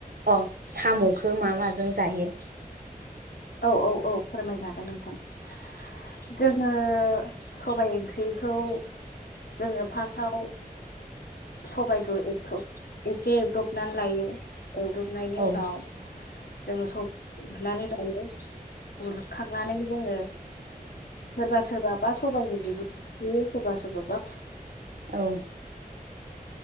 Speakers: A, on the right; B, on the left.
A: अ साम'खौ मा माजों जायो
B: औ औ औ फोरमायनो हागोन नोंथां जोङो सबाय ओंख्रिखौ जोङो फासआव सबाइखौ ए <unintelligible> एसे एवदबनानै लायो एवदबनायनि
A: औ
B: उनाव जोङो स <unintelligible> नानै <unintelligible> उरखांनानै जोङो सोरबा सोरबा बा सबाइनि बिगुर खुयो सोरबा सोरबाबा खु
A: औ